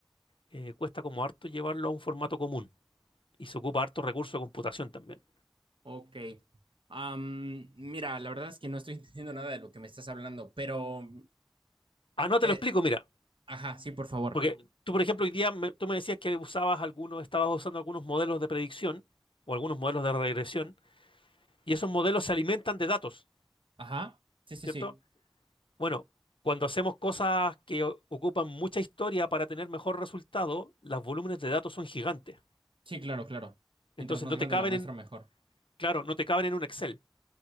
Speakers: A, on the left (about 80°); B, on the right (about 80°).
A: eh, cuesta como harto llevarlo a un formato común. Y se ocupa harto recurso de computación también.
B: Ok. Am, mira, la verdad es que no estoy <laughs> entendiendo nada de lo que me estás hablando, pero...
A: Ah, no te
B: eh,
A: lo explico, mira.
B: ajá, sí, por favor.
A: Porque tú, por ejemplo, hoy día me- tú me decías que usabas algunos, estabas usando algunos modelos de predicción o algunos modelos de regresión, y esos modelos se alimentan de datos,
B: Ajá. Sí, sí,
A: ¿cierto?
B: sí.
A: Bueno, cuando hacemos cosas que o- ocupan mucha historia para tener mejor resultado, los volúmenes de datos son gigantes.
B: Sí, claro, claro.
A: Entonces
B: Mientras más
A: no
B: grande
A: te caben
B: la muestra,
A: en,
B: mejor.
A: claro, no te caben en un Excel.